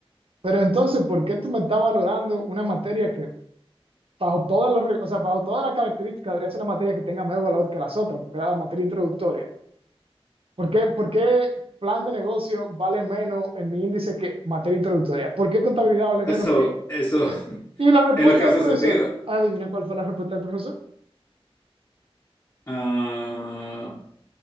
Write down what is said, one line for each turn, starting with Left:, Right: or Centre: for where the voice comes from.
Right: Pero entonces, ¿por qué tú me estás valorando una materia que bajo todas los, re- o sea, bajo todas las características debería ser una materia que tenga menos valor que las otras, porque era la materia introductoria? ¿Por qué, por qué plan de negocio vale menos en mi índice que materia introductoria? ¿Por qué contabilidad vale
Left: eso,
Right: menos que...
Left: eso
Right: eh?
Left: <laughs>
Right: Y la respuesta
Left: es lo que hace
Right: del profesor,
Left: sentido.
Right: adivina cuál fue la respuesta del profesor.
Left: Ah,